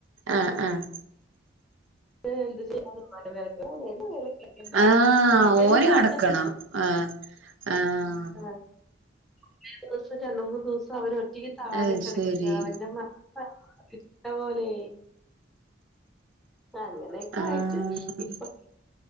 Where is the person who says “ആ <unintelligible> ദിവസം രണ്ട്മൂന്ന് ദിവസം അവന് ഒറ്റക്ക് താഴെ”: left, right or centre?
Centre